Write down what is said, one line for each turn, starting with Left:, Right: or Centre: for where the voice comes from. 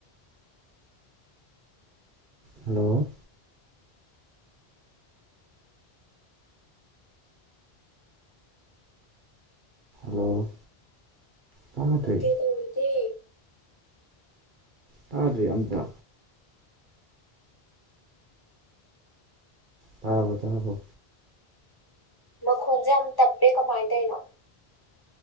Right: ꯍꯜꯂꯣ ꯍꯜꯂꯣ ꯇꯥꯗ꯭ꯔꯦ
Left: ꯀꯩꯗꯧꯔꯤꯒꯦ
Right: ꯇꯥꯗ꯭ꯔꯦ ꯑꯝꯇ ꯇꯥꯕ꯭ꯔꯣ ꯇꯥꯕ꯭ꯔꯣ
Left: ꯃꯈꯣꯜꯁꯦ ꯌꯥꯝ ꯇꯞꯄꯦ ꯀꯃꯥꯏ ꯇꯩꯅꯣ